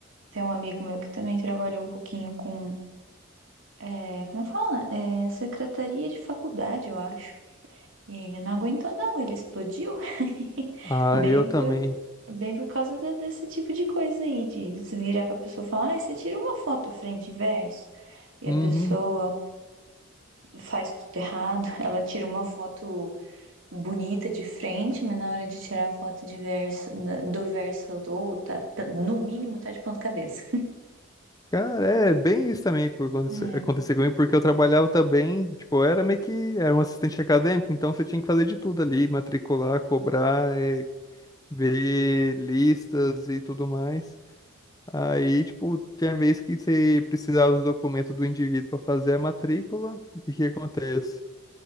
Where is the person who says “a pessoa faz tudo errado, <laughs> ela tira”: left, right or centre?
Right